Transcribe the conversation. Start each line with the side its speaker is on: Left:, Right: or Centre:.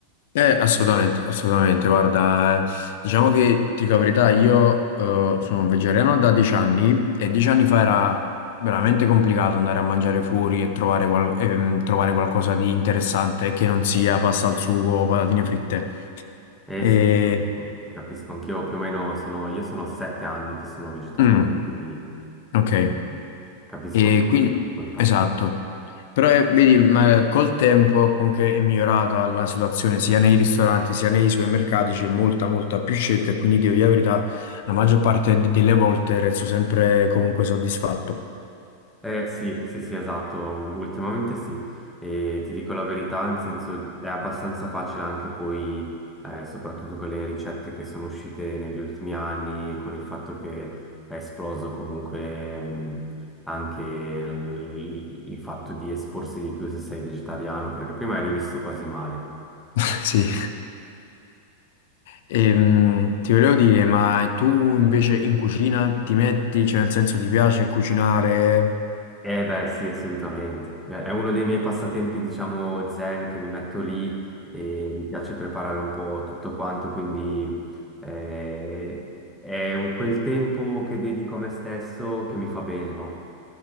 Left: Eh, assolutamente, assolutamente. Guarda, eh, diciamo che ti dico la verità, io eh, sono un vegetariano da dieci anni e dieci anni fa era veramente complicato andare a mangiare fuori e trovare, qual- ehm, trovare qualcosa di interessante che non sia pasta al sugo o patatine fritte.
Centre: Eh
Left: E...
Centre: sì, ti capisco, ti capisco. Anch'io più o meno sono, io sono sette anni che sono vegetariano,
Left: Mm,
Centre: quindi
Left: ok.
Centre: eh, capisco
Left: E quindi,
Centre: le difficoltà.
Left: esatto. Però eh, vedi, ma col tempo comunque è migliorata la situazione sia nei ristoranti sia nei supermercati, c'è molta, molta più scelta e quindi devo dire la verità, la maggior parte de- delle volte resto sempre comunque soddisfatto.
Centre: Eh sì, sì, sì, esatto, ultimamente sì. E ti dico la verità, nel senso è abbastanza facile anche poi, eh, soprattutto con le ricette che sono uscite negli ultimi anni e con il fatto che è esploso comunque mh, anche il il fatto di esporsi di più se sei vegetariano, perché prima eri visto quasi male.
Left: <laughs> Sì. Ehm, ti volevo dire, ma tu invece in cucina ti metti, cioè nel senso ti piace cucinare?
Centre: Eh beh, sì, assolutamente. Eh, È uno dei miei passatempi, diciamo, zen che mi metto lì e mi piace preparare un po' tutto quanto, quindi eh, è un- quel tempo che dedico a me stesso che mi fa bene, no?